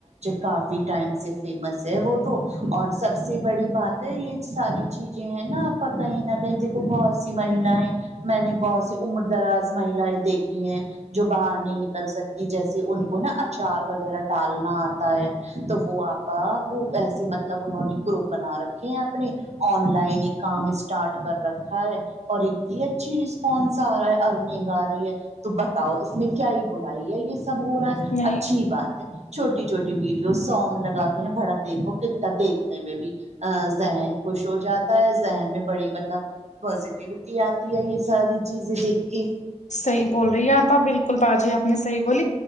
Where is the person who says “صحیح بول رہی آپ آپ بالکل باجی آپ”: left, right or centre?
Left